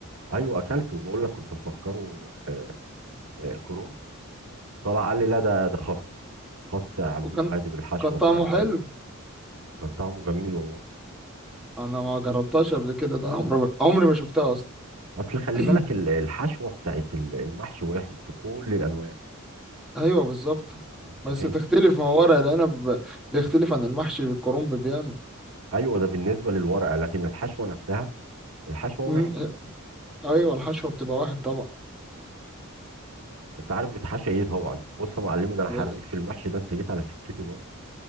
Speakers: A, on the right; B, in the centre.
A: ايوه اكلته بقول لك كنت مفكره آه، كرومب طلع قال لي لا ده ده خس خس عاملينه
B: وكان
A: عادي بالحشوه
B: كان طعمه
A: بتاعت
B: حلو
A: ال... كان طعمه جميل والله
B: انا ما جربتهاش قبل كده ده انا عمري عمري ما شفتها اصلا
A: اصل خلي
B: <clears throat>
A: بالك ال- الحشوه بتاعت ال- المحشي واحد في كل الانواع
B: ايوه بالظبط
A: انت
B: بس
A: فاهم
B: تختلف ما هو ورق العنب بيختلف عن المحشي بالكرنب بيعمل
A: ايوه ده بالنسبه للورق لكن الحشوه نفسها الحشوه واحد
B: مم، ايوه الحشوه بتبقى واحد طبعا
A: انت عارف بتحشى ايه طبعا بص يا معلمي ده انا
B: ب-
A: حريف في المحشي ده انت جيت على سكتي برضه